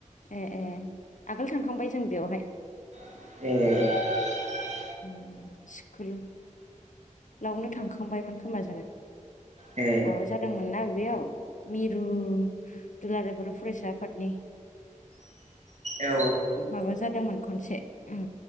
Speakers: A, on the left; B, on the right.
A: ए ए आगोल थांखांबाय जों बेयावहाय।
B: ए।
A: उम स्कुल लावनो थांखांबायमोन खोमा जोङो।
B: ए
A: माबा जादोंमोन ना? बेयाव मिरु दुलाराय बर' फरायसा आफादनि
B: औ
A: माबा जादोंमोन खनसे उम